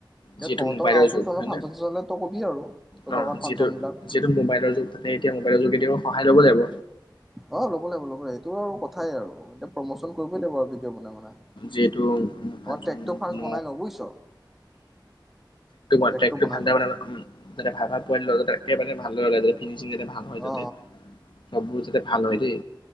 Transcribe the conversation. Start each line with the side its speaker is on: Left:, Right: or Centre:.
Centre: এতিয়া
Left: যিহেতু
Centre: তহঁতৰ
Left: মোবাইলৰ
Centre: গাঁওতো
Left: যুগ
Centre: তহঁতৰ
Left: হয়নে
Centre: ফাংচন চাংচন হ'লে তই কবি আৰু তহঁতৰ
Left: অ
Centre: গাঁৱৰ
Left: যিহেতু
Centre: ফাংচন বিলাক
Left: যিহেতু মোবাইলৰ যুগ তাতে এতিয়া মোবাইলৰ যোগেদিও সহায় ল'ব লাগিব
Centre: অ অ ল'ব লাগিব লব লাগিব এইটো আৰু কথাই আৰু এতিয়া প্ৰম'চন কৰিবই লাগিব আৰু ভিডিঅ' বনাই বনাই
Left: যিহেতু <unintelligible> কাৰ
Centre: আমাৰ ট্ৰেকটো
Left: উে
Centre: ফাৰ্ষ্ট বনাই লওঁ বুজিছ ট্ৰেকটো
Left: ভাল
Centre: বনাই লওঁ
Left: ভাল ভাল পোৱেবাৰে ভালদৰে ওলাই যাবি ফিনিচিং যাতে ভাল হয়
Centre: অ
Left: যাতে চববোৰ যাতে ভাল হয় দেই